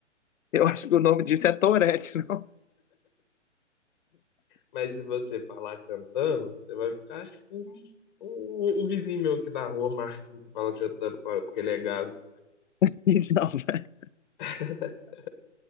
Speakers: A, on the left; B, on the left.
A: Eu acho que o nome disso é Tourette, não?
B: Mas se você falar cantando, você vai ficar tipo o, o vizinho meu aqui da rua, Marquinhos, que fala cantando pra- porque ele é gago.
A: <laughs> Não, velho.
B: <laughs>